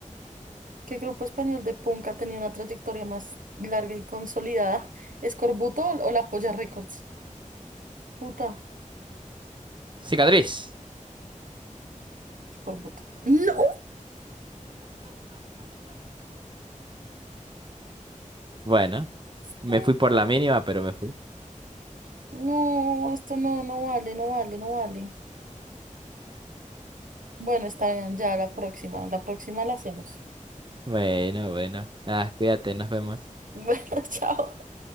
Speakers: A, on the right (about 80°); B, on the right (about 35°).
A: ¿Qué grupo español de punk ha tenido una trayectoria más larga y consolidada? ¿Escorbuto o o la Polla Records? Puta,
B: Cicatriz.
A: Escorbuto. ¡No!
B: Bueno,
A: Sí.
B: me fui por la mínima, pero me fui.
A: No, esto no, no vale, no vale, no vale. Bueno, está bien, ya la próxima, la próxima la hacemos.
B: Bueno, bueno. Ah, cuídate, nos vemos.
A: <laughs> Bueno, chao.